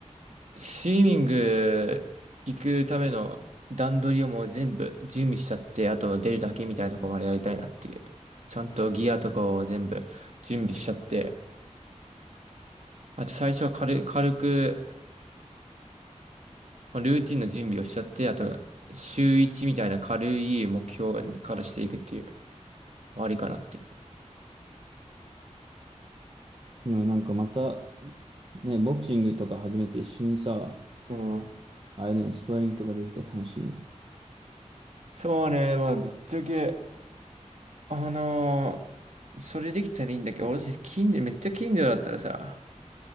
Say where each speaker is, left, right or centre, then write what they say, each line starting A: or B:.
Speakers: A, on the right (about 70°); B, on the right (about 45°).
A: スイミング行くための段取りをもう全部準備しちゃって、あと出るだけみたいなとこまでやりたいなっていう。ちゃんとギアとかを全部準備しちゃって、あと最初は軽、軽く、まあ、ルーティンの準備をしちゃって、あと、週1みたいな軽い目標にからしていくっていう、まあありかなってい
B: でもなんかまた、ね、ボクシングとか始めて一緒にさ、
A: う。うん。
B: あれね、スパーリングとかできて楽しいな。
A: そうね、まあ、ぶっちゃけ、あのーそれできたらいいんだけど、俺たち近所、めっちゃ近所だったらさ、